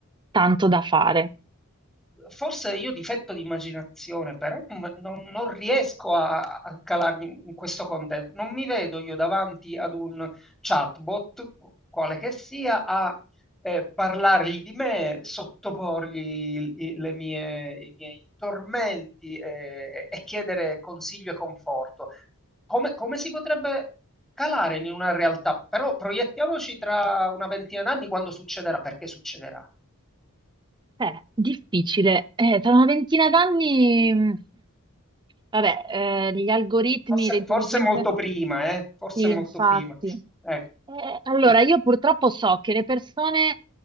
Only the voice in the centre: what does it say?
Forse io difetto di immaginazione, però non, non- non riesco a, a calarmi in questo contesto. Non mi vedo io davanti ad un chatbot, quale che sia, a eh, parlargli di me, sottoporgli il- i- le mie- i miei tormenti eh, e chiedere consiglio e conforto. Come, come si potrebbe calare in una realtà? Però proiettiamoci tra una ventina d'anni quando succederà, perché succederà.
Forse,
forse molto prima, eh? Forse
molto
prima. Ecco.
Mm.